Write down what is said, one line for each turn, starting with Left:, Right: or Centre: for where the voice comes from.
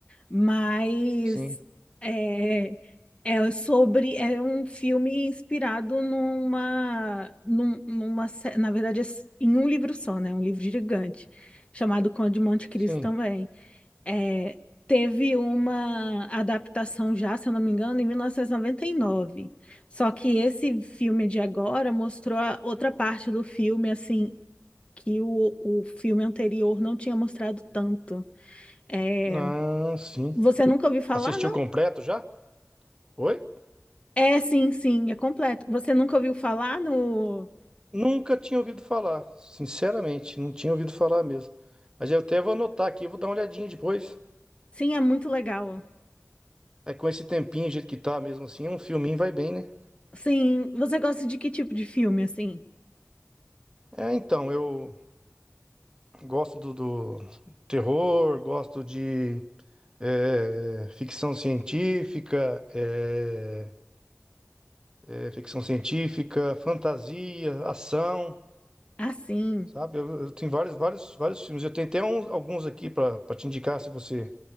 Left: Mas
Right: Sim,
Left: é, é sobre é um filme inspirado numa, num- numa sé- na verdade é s- em um livro só, né? Um livro gigante chamado Conde de Monte Cristo
Right: sim.
Left: também. É, teve uma adaptação já, se eu não me engano, em mil novecentos e e noventa e nove Só que esse filme de agora mostrou a outra parte do filme assim que o, o filme anterior não tinha mostrado tanto. É,
Right: Ah, sim.
Left: você nunca ouviu falar?
Right: Assistiu completo já? Oi?
Left: É, sim, sim, é completo. Você nunca ouviu falar no.
Right: Nunca tinha ouvido falar, sinceramente, não tinha ouvido falar mesmo. Mas eu até vou anotar aqui, vou dar uma olhadinha depois.
Left: Sim, é muito legal.
Right: É com esse tempinho, do jeito que tá mesmo assim, um filminho vai bem, né?
Left: Sim, você gosta de que tipo de filme, assim?
Right: É, então, eu gosto do, do terror, gosto de é, ficção científica, é, é, ficção científica, fantasia, ação,
Left: Ah, sim.
Right: sabe? Eu, eu tenho vários, vários, vários filmes. Eu tenho até uns- alguns aqui para te indicar, se você